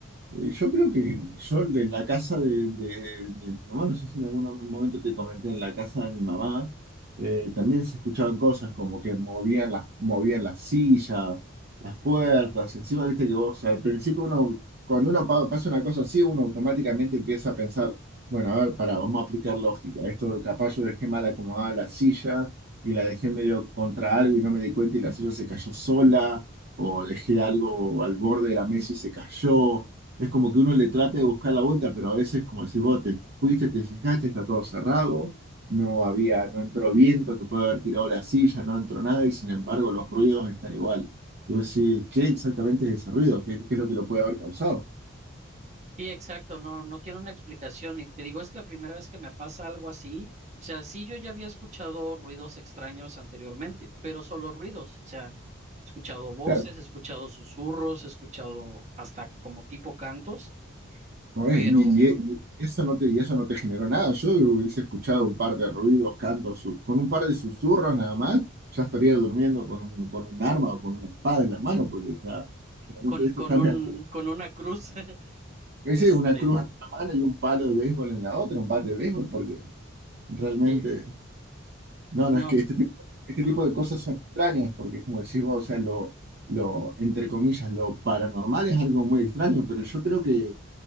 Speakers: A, on the right; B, on the right.
A: eh, Yo creo que yo en la casa de, de- de mi mamá, no sé si en algún momento te comenté, en la casa de mi mamá eh, también se escuchaban cosas como que movían las, movían las sillas, las puertas, encima viste que vos, al principio uno, cuando uno pa- pasa una cosa así, uno automáticamente empieza a pensar, bueno, a ver, pará, vamos a aplicar lógica, esto capaz yo dejé mal acomodada la silla y la dejé medio contra algo y no me di cuenta y la silla se cayó sola, o dejé algo al borde de la mesa y se cayó es como que uno le trate de buscar la vuelta, pero a veces, como si vos te fuiste, te fijaste, está todo cerrado, no había, no entró viento que puede haber tirado la silla, no entró nada, y sin embargo los ruidos están igual. Y vos decís, ¿qué exactamente es ese ruido? ¿Qué, qué es lo que lo puede haber causado?
B: Sí, exacto, no, no tiene una explicación y te digo, es la primera vez que me pasa algo así. O sea, sí, yo ya había escuchado ruidos extraños anteriormente, pero solo ruidos, o sea, he escuchado voces,
A: Claro,
B: he escuchado susurros, he escuchado hasta como tipo cantos,
A: no
B: pero
A: es, y, y- y eso no te, y eso no te generó nada. Yo hubiese escuchado un par de ruidos, cantos, su- con un par de susurros nada más, ya estaría durmiendo con un, con un arma o con una espada en la mano, porque ya realmente
B: con,
A: eso
B: con
A: ya
B: un,
A: me altera.
B: con una cruz, <laughs>
A: Ese
B: este,
A: es una cruz en una mano y un palo de béisbol en la otra, un bate de béisbol, porque realmente,
B: eh,
A: no,
B: no,
A: no, es que este tipo, este
B: ajá.
A: tipo de cosas son extrañas, porque es como decís vos, o sea, lo, lo, entre comillas, lo paranormal es algo muy extraño, pero yo creo que